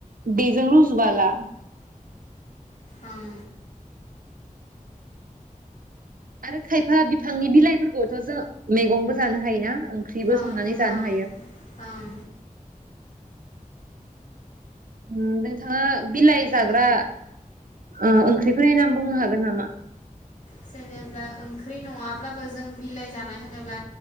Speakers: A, on the right; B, on the left.
A: बे जों रुजु बाला
B: ओं
A: आरो खायफा बिफांनि बिलाइफोरखौथ' जों मैगंबो जानो हायो ना? ओंख्रिबो
B: ओं
A: संनानै जानो
B: ओं ओं
A: नोंथाङा, बिलाइ जाग्रा ओ ओंख्रिफोरनि नाम बुंनो हागोन नामा?
B: जेनेबा ओंख्रि नङाब्लाबो जों बिलाइ जानाय होनोब्ला,